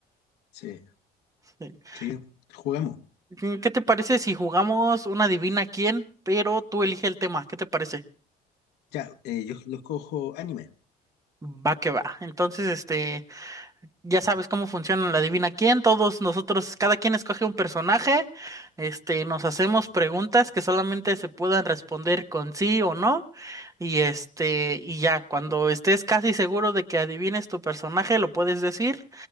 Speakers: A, on the left (about 80°); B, on the right (about 20°).
A: Sí,
B: <laughs>
A: sí, jugamos.
B: Sí. Mm, ¿Qué te parece si jugamos una adivina quién, pero tú elige el tema? ¿Qué te parece?
A: Ya, eh, yo los cojo anime.
B: Va que va. Entonces, este... Ya sabes cómo funciona la adivina quién. Todos nosotros, cada quien escoge un personaje, este, nos hacemos
A: Mm,
B: preguntas que solamente se puedan responder con sí o no. Y este, y ya, cuando estés casi seguro de que adivines tu personaje, lo puedes decir.